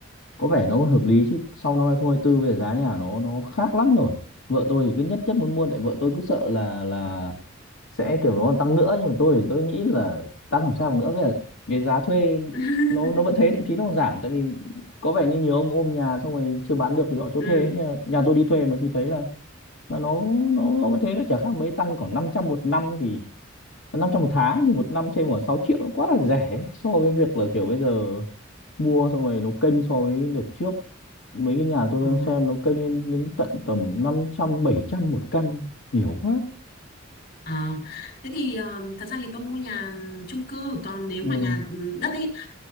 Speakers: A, on the left (about 70°); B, on the left (about 50°).
A: có vẻ nó hợp lý chứ sau năm 2024 bây giờ giá nhà nó nó khác lắm rồi vợ tôi thì cứ nhất nhất muốn mua tại vợ tôi cứ sợ là là sẽ kiểu nó tăng nữa nhưng mà tôi thì tôi nghĩ là tăng làm sao nữa bây giờ cái giá thuê
B: <laughs>
A: nó nó vẫn thế thậm chí nó còn giảm tại vì có vẻ như nhiều ông ôm nhà xong rồi chưa bán được thì họ cho
B: ừ.
A: thuê ấy. nhà, nhà tôi đi thuê mà thì thấy là là nó nó, nó vẫn thế nó chả khác mấy tăng khoảng 500 một năm thì năm trăm một tháng thì một năm thêm khoảng sáu triệu nó quá là rẻ so với việc là kiểu bây giờ mua xong rồi nó kênh so với đợt trước mấy cái nhà tôi
B: Ờ.
A: đang xem nó kênh lên đến tận tầm năm trăm bảy trăm một căn nhiều quá
B: À, thế thì ờ, thật ra thì tôi mua nhà chung cư còn nếu
A: ừ.
B: mà nhà ừ, đất ấy